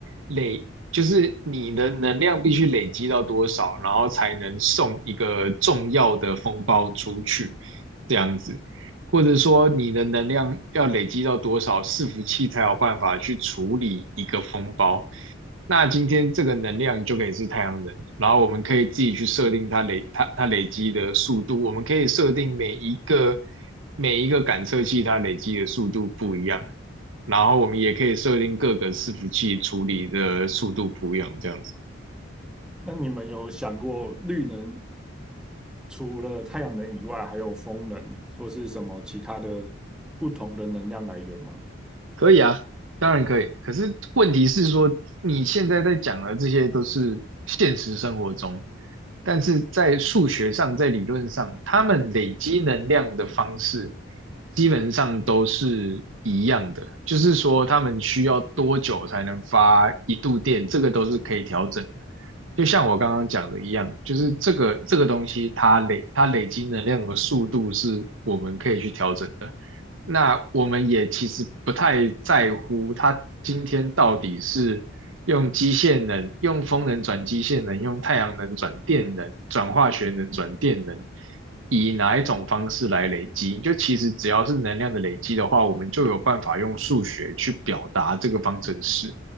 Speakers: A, on the right (about 80°); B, in the centre.
A: 累，就是你的能量必须累积到多少，然后才能送一个重要的风包出去，这样子。或者说你的能量要累积到多少，伺服器才有办法去处理一个风包。那今天这个能量就可以是太阳能，然后我们可以自己去设定它累它它累积的速度，我们可以设定每一个每一个感测器它累积的速度不一样，然后我们也可以设定各个伺服器处理的速度不一样，这样子。
B: 那你们有想过绿能除了太阳能以外，还有风能或是什么其他的不同的能量来源吗？
A: 可以啊，当然可以。可是问题是说，你现在在讲的这些都是现实生活中，但是在数学上，在理论上，他们累积能量的方式基本上都是一样的，就是说他们需要多久才能发一度电，这个都是可以调整的。就像我刚刚讲的一样，就是这个这个东西，它累它累积能量的速度是我们可以去调整的。那我们也其实不太在乎它今天到底是用机械能、用风能转机械能、用太阳能转电能、转化学能转电能，以哪一种方式来累积。就其实只要是能量的累积的话，我们就有办法用数学去表达这个方程式。